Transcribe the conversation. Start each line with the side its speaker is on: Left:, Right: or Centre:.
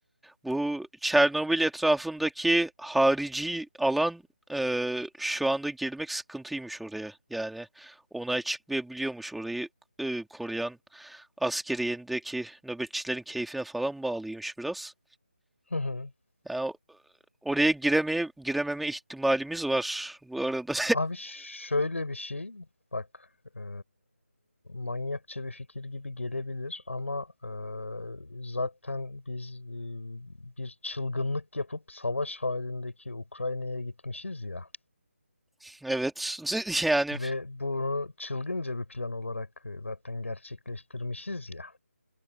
Centre: Bu Çernobil etrafındaki harici alan eee, şu anda girmek sıkıntıymış oraya. Yani onay çıkmayabiliyormuş orayı eee, koruyan askeriyendeki nöbetçilerin keyfine falan bağlıymış biraz.
Left: <laughs>
Centre: Yani oraya giremeye girememe ihtimalimiz var bu arada.
Left: Abi şöyle bir şey, bak eee, manyakça bir fikir gibi gelebilir ama eee, zaten biz eee, bir çılgınlık yapıp savaş halindeki Ukrayna'ya gitmişiz ya
Centre: <laughs> Evet <laughs> yani
Left: ve bunu çılgınca bir plan olarak eee, zaten gerçekleştirmişiz ya.